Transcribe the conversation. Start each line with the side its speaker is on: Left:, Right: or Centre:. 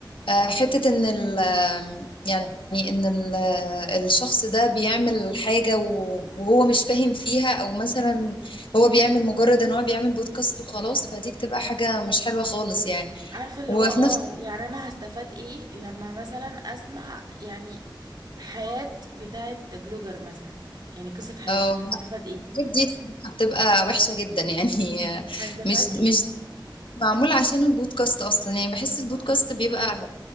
Left: آه، حتة إن ال يعني إن ال آه، الشخص ده بيعمل حاجة و- وهو مش فاهم فيها أو مثلا هو بيعمل مجرد إن هو بيعمل بودكاست وخلاص فدي بتبقى حاجة مش حلوة خالص يعني
Right: عارفة اللي
Left: وفي
Right: هو اه
Left: نفس
Right: يعني انا هستفاد ايه لما مثلا اسمع يعني الحياة بتاعت بلوجر مثلا يعني قصة حياته
Left: اه لا،
Right: هستفاد ايه
Left: الحاجات دي الصراحة بتبقى وحشة جدا يعني آه،
Right: هستفاد
Left: مش
Right: ايه
Left: مش معمول عشان البودكاست أصلا يعني بحس البودكاست
Right: اه
Left: بيبقى